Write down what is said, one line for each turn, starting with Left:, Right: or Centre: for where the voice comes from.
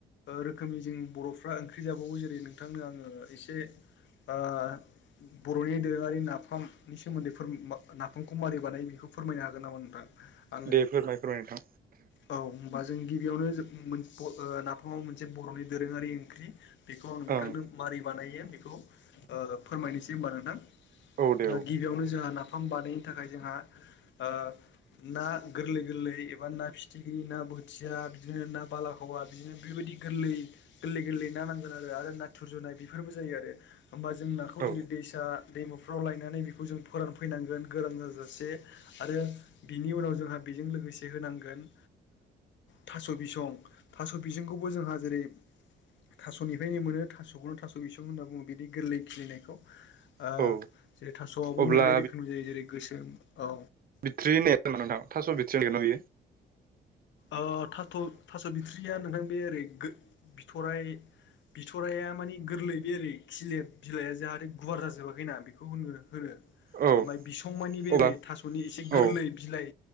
Left: रोखोमनि जों बर'फ्रा ओंख्रि जाबावो जेरै नोंथांनो आङो एसे ओ बर'नि दोरोङारि नाफामनि सोमोन्दै नाफामखौ मारै बानायो बेखौ फोरमायनो हागोन नामा नोंथां आंनो?
Right: दे फोरमाय फोरमाय नोंथां
Left: औ होनबा जों गिबियावनो ओ नाफामाबो मोनसे बर'नि दोरोङारि ओंख्रि बेखौ आं नोंथांनो
Right: ओं
Left: माबारै बानायो बेखौ ओ फोरमायनोसै होनबा नोंथां। गिबियावनो
Right: औ दे औ
Left: जोंहा नाफाम बानायनो थाखाय जोंहा ओ ना गोरलै गोरलै एबा ना फिथिख्रि ना बोथिया बिदिनो ना बालाखावा बिदिनो बेबायदि गोरलै गोरलै गोरलै ना नांगोन आरो नाथुर जुनाय बेफोरबो जायो आरो। होमबा जों नाखौ
Right: औ
Left: जेरै दैसा दैमाफ्राव लायनानै बेखौ जों फोरानफैनांगोन गोरान जाजासे। आरो बिनि उनाव जोंहा बेजों लोगोसे होनांगोन थास' बिसं थास' बिसंखौबो जोंहा जेरै थास'निफ्रायनो मोनो थास'खौनो थास' बिसं होनना बुङो बिदि गोरलै खिलिनायखौ ओ
Right: औ
Left: जेरै थास'आबो
Right: अब्ला
Left: मोननै रोखोमनि जायो जेरै गोसोम औ
Right: बेट्रि ओननाया जामा नोंथां थास' बेट्रि नायानो बियो
Left: ओ थाथ' थास' बिथ्रिया नोंथां बे ओरै गो बिथराय बिथराया माने गोरलै बे ओरै खिलेब बिलाइआ जाहाथे गुवार जाजोबाखैना बेखौ होन होनो
Right: औ
Left: ओमफाय बिसंमानि बे
Right: अब्ला
Left: ओरै थास'नि एसे गोरलै
Right: औ
Left: बिलाइ